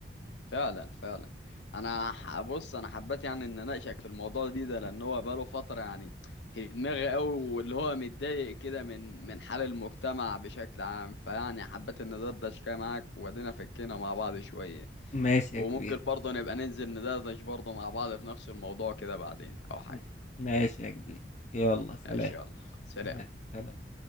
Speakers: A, on the left (about 80°); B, on the left (about 40°).
A: فعلا فعلا انا ح- بص انا حبيت يعني ان اناقشك في الموضوع دي ده لان هو بقاله فتره يعني في دماغي قوي واللي هو متضايق كده من من حال المجتمع بشكل عام فيعني حبيت ان ندردش كده معاك وادينا فكينا مع بعض شويه
B: ماشي يا
A: وممكن
B: كبير،
A: برضه نبقى ننزل ندردش برضه مع بعض في نفس الموضوع كده بعدين او حاجه
B: م ماشي يا كبير، يالّا سلام،
A: ماشي يلا سلام
B: سلام، سلام.